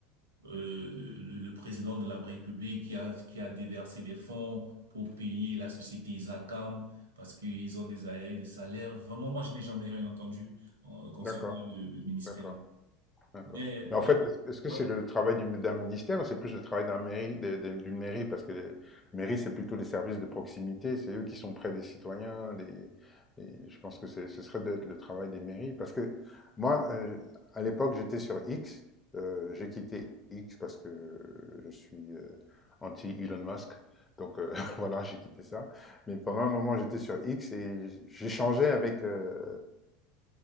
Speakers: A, on the right (about 80°); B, on the left (about 15°).
A: euh, le, le président de la République qui a, qui a déversé des fonds pour payer la société Isacam parce qu'ils ont des aérés de salaire. Vraiment, moi, je n'ai jamais rien entendu euh, concernant
B: D'accord.
A: le, le ministère.
B: D'accord. D'accord.
A: Mais pour
B: Mais en fait,
A: répondre,
B: est-ce est-ce que
A: ouais.
B: c'est le travail du- d'un ministère ou c'est plus le travail d'un mairie, des- des- d'une mairie? Parce que les mairies, c'est plutôt les services de proximité, c'est eux qui sont près des citoyens, des, des- je pense que c'est- ce serait d'être le travail des mairies. Parce que moi, euh, à l'époque, j'étais sur X, euh, j'ai quitté X parce que euh, je suis euh, anti-Elon Musk. Donc euh, <laughs> voilà, j'ai quitté ça. Mais pendant un moment, j'étais sur X et j'échangeais avec, euh,